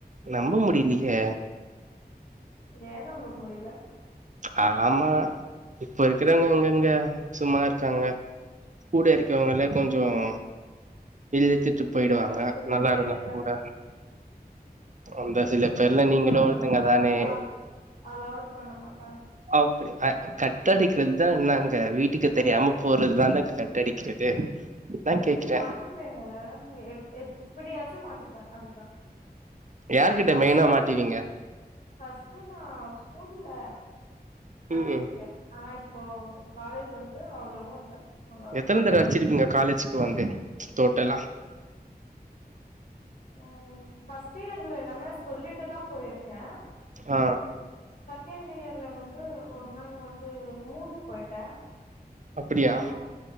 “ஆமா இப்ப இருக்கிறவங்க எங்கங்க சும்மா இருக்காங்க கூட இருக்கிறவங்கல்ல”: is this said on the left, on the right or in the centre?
Right